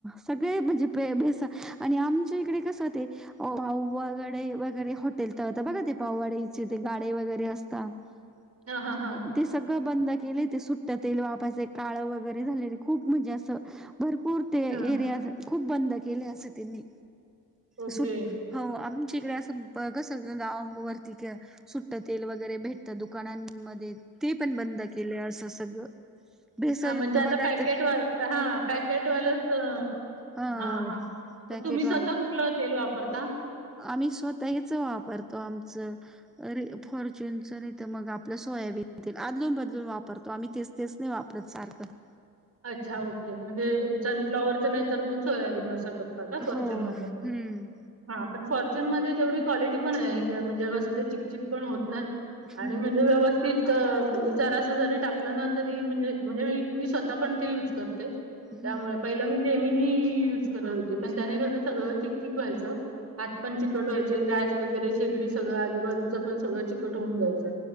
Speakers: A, in the centre; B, on the right.
A: सगळे म्हणजे बेस आणि आमच्या इकडे कस हो ते पाव वगैरे वगैरे हॉटेल तरता बघा ते पाववाडीचे ते गाडे वगैरे असतात. <unintelligible>
B: हा हा हां
A: ते सगळं बंद केले ते सुट्ट तेल वापायचं काळं वगैरे झालेले खूप म्हणजे असं भरपूर ते
B: हां,
A: एरिया खूप बंद केले अस त्यांनी
B: ओके.
A: सुट हो आमच्या इकडे असं बघस गाव वरती कि सुट्ट तेल वगैरे भेटत दुकानांमध्ये ते पण बंद केलं असं सगळं भेसळयुक्त
B: हा म्हणजे आता
A: पदार्थ
B: पॅकेट वा हा पॅकेटवालंच
A: हा
B: हा-हा
A: पॅकेटवाला
B: मग तुम्ही स्वतः कुठलं तेल वापरता?
A: आम्ही स्वतःच वापरतो आमचं अरे फॉर्च्युूनचं नाही तर मग आपलं सोयाबीन आदलून बदलून वापरतो आम्ही ते तेच नाही वापरत सारखं
B: अच्छा ओके म्हणजे सनफ्लावरच नाही तर मग सोयाबीन असं करतो का फॉर्च्यून
A: हो
B: मध्ये
A: हम्म
B: हा पण फॉर्च्यून मध्ये तेवढी क्वालिटी पण आहे. म्हणजे कसं ते चिकचिक पण होत नाही. आणि
A: हम्म
B: म्हणजे व्यवस्थित चार अस जरी टाकलं ना तरी म्हणजे म्हणजे मी स्वतः पण ते युज करते
A: हम्म
B: त्यामुळे पहिला मी जेमिनी युज करत होते. पण त्याने कसं सगळं चिक चिक व्हायचं. हात पण चिकट व्हायचे गॅस वगैरे शेगडी सगळं आजूबाजूचं पण सगळं चिकट होऊन जायचं.